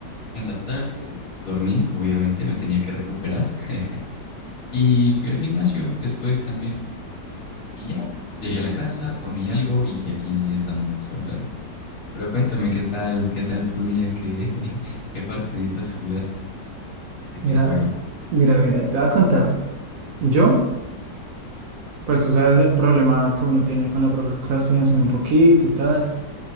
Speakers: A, on the left; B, on the right.
A: En la tarde dormí, obviamente me tenía que recuperar. <laughs> Y fui al gimnasio después también. Y ya, llegué a la casa, comí algo y aquí estamos hablando. Pero cuéntame, ¿qué tal, qué tal tu día? ¿Qué, <laughs> qué partiditas jugaste? ¿De qué
B: Mira,
A: juego?
B: mira, mira, te voy a contar. Yo... Pues tú sabes el problema que uno tiene con la procrastinación un poquito y tal.